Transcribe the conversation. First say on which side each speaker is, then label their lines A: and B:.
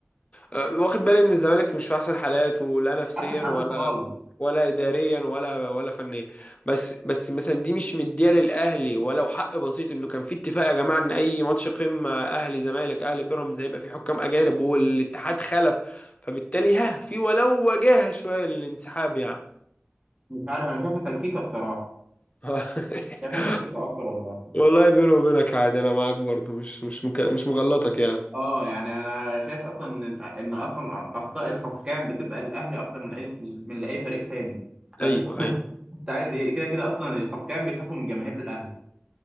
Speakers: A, on the left; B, on the right.
A: أه، واخد بالي ان الزمالك مش في احسن حالاته لا نفسيا
B: حتى حياته
A: ولا
B: خالص
A: ولا اداريا ولا ولا فنيا بس بس مثلا دي مش مديه للاهلي ولو حق بسيط انه كان في اتفاق يا جماعه ان اي ماتش قمه اهلي زمالك اهلي بيراميدز هيبقى في حكام اجانب والاتحاد خلف فبالتالي ها في ولو وجاهه شويه للانسحاب يعني
B: مش عارف انا شايفها تلكيكه بصراحه
A: <laughs>
B: شايفها تلكيكه اكتر والله
A: والله بيني وبينك عادي انا معاك برضو مش مش مك... مش مغلطك يعني
B: اه يعني انا شايف اصلا ان ان اصلا اخطاء الحكام بتبقى للاهلي اكتر من اي من لاي فريق تاني فانت
A: ايوه
B: <laughs>
A: ايوه
B: انت عايز ايه كده كده اصلا الحكام بيخافوا من جماهير الاهلي